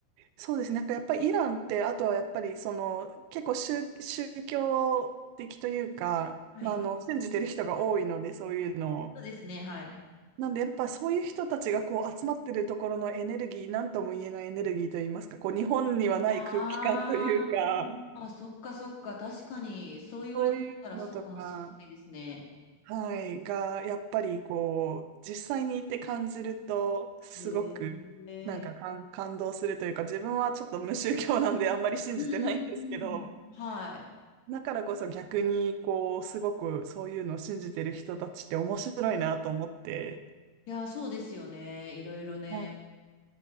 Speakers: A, on the right (about 80°); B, on the left (about 55°).
A: そうですね。なんかやっぱりイランって、あとはやっぱりその結構宗、宗教的というか、
B: はい。
A: まあ、あの信じてる人が多いので、そういうのを。
B: そうですね、はい。
A: なんでやっぱそういう人たちがこう集まってるところのエネルギー、なんとも言えないエネルギーといいますか、こう日本にはない空気感というか、
B: あーあ、そっかそっか、確かに、そう言われてみたらそうかもしれないですね。
A: そういうのとか、はい、がやっぱりこう実際に行って感じると、すごく
B: へえ。
A: なんか感、感動するというか、自分はちょっと無宗教なんであんまり信じてないんですけど、
B: うんうんうん。はい。
A: だからこそ逆に、こう、すごくそういうのを信じてる人たちって面白いなと思って、
B: いや、そうですよね。いろいろね、
A: は